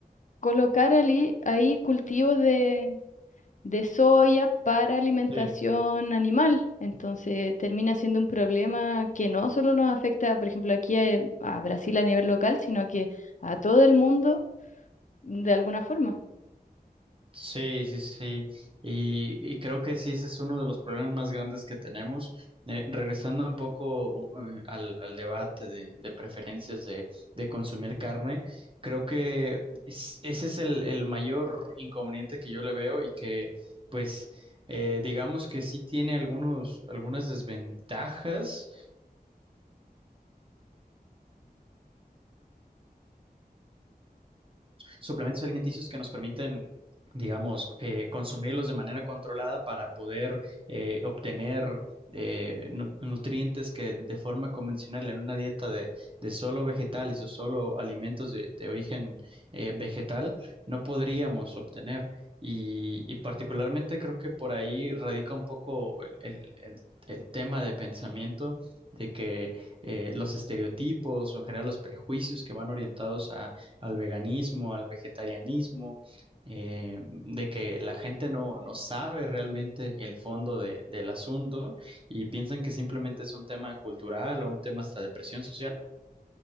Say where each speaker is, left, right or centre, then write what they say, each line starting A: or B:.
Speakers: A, on the left (about 50°); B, on the right (about 35°).
A: colocar ali- ahí cultivos de de soya para alimentación
B: Sí.
A: animal. Entonces termina siendo un problema que no solo nos afecta, por ejemplo, aquí a, a Brasil a nivel local, sino que a todo el mundo de alguna forma.
B: Sí, sí, sí. Y, y creo que sí, ese es uno de los problemas más grandes que tenemos. Eh, regresando un poco eh, al, al debate de, de preferencias de, de consumir carne, creo que es- ese es el, el mayor inconveniente que yo le veo y que, pues, eh, digamos que sí tiene algunos, algunas desventajas suplementos alimenticios que nos permiten digamos, eh, consumirlos de manera controlada para poder eh, obtener eh, nu- nutrientes que de forma convencional en una dieta de, de solo vegetales o solo alimentos de, de origen eh, vegetal no podríamos obtener. Y, y particularmente creo que por ahí radica un poco el, el- el- el tema de pensamiento de que eh, los estereotipos o en general los prejuicios que van orientados a al veganismo, al vegetarianismo, eh, de que la gente no, no sabe realmente el fondo de- del asunto y piensan que simplemente es un tema cultural o un tema hasta de presión social.